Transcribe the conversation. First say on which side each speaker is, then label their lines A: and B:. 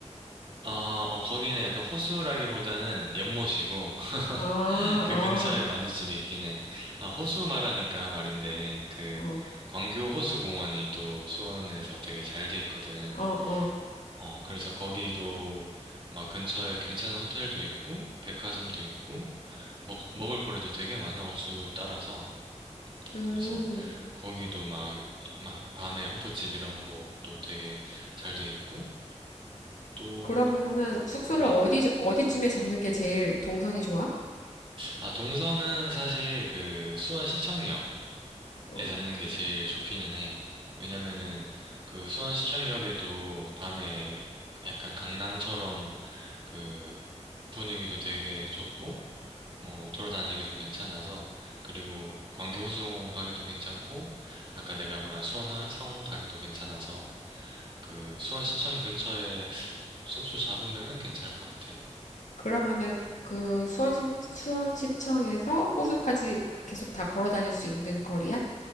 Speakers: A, on the right; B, on the left.
A: 아, 어, 거기는 약간 호수라기보다는 연못이고, <laughs>
B: 아,
A: 그
B: 아,
A: 근처에 만두집이 있긴 해. 아, 호수 말하니까 말인데, 그,
B: 어,
A: 광교 호수공원이 또 수원에서 되게 잘 돼 있거든.
B: 어, 어.
A: 어, 그래서 거기도 막 근처에 괜찮은 호텔도 있고, 백화점도 있고, 먹, 먹을 거리도 되게 많아, 호수 따라서.
B: 음,
A: 그래서 거기도 막, 막 밤에 호프집 이런 거 또 되게 잘 돼 있고 또
B: 그러면은 숙소를
A: 음, 음.
B: 어디, 어디쯤에 잡는 게 제일 동선이 좋아?
A: 아 동서는 사실 그 수원 시청역에
B: 어,
A: 잡는 게 제일 좋기는 해. 왜냐면은 그 수원 시청역에도 밤에 약간 강남처럼 그 분위기도 되게 좋고, 뭐, 돌아다니기도 괜찮아서, 그리고 광교 호수공원 가기도 괜찮고, 아까 내가 말한 수원성 가기도 괜찮아서, 그, 수원시청 근처에 숙소 잡으면은 괜찮을 것 같아.
B: 그러면은 그 수원시, 수원시청에서 호수까지 계속 다 걸어 다닐 수 있는 거리야?